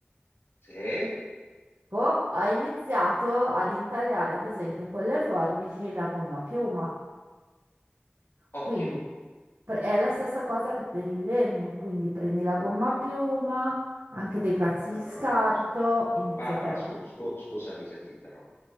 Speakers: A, on the left; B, on the right.
A: Sì,
B: Poi ha iniziato ad intagliare, ad esempio, con le forbici la gomma a piuma.
A: ottimo.
B: Quindi pre- è la stessa cosa che per il legno, quindi prendi la gomma a piuma, anche dei pezzi
A: Allora,
B: di scarto, inizi
A: Barbara,
B: a farti...
A: scu-
B: <laughs>
A: scu- scusami se ti interrompo.